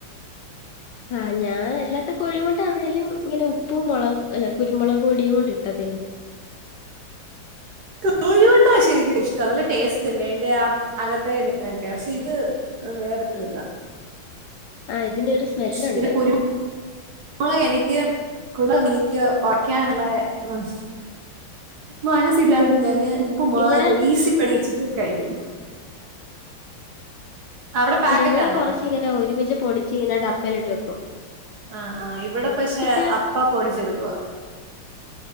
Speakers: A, on the left; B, on the right.
A: ആ ഞാൻ എല്ലാത്ത കോഴിമുട്ട ആന്നേലും ഇങ്ങനെ ഉപ്പും മുളക് അല്ല കുരുമുളക് പൊടിയും ഇട്ട്തിൽ അലോ
B: കോഴ മുട്ട ശരിക്കും ഇഷ്ടം നല്ല ടേസ്റ്റ്ല്ലേ അതിന്റെ ആ അകത്തെ ഇതിനൊക്കെ പക്ഷെ ഇത് വേറെരുതാ
A: ആഹ് ഇതിനൊരു സ്മെല്ലുണ്ട്
B: പിന്നെ കുരുമ മൊളക് എനിക്ക് കു എനിക്ക് ഉറക്കാനുള്ള മ മനസില്ലതൊണ്ട് ഞാന് ഉപ്പ് മാത്ര
A: ഇവിടെ
B: ഈസി പണിച്ചിട്ട് കഴിക്കും അവിടെ പാക്കറ്റ്
A: അല്ല ഇവിടെ
B: ആണോ
A: കൊറച്ച് ഇങ്ങനെ ഒരുമിച്ച് പൊടിച്ച് ഇങ്ങനെ ഡപ്പല ഇട്ട് വെക്കും
B: ആ ആഹ് ഇവിടെ പക്ഷെ
A: ഇല്ല
B: അപ്പാ പൊടിച്ചെടുക്കവാ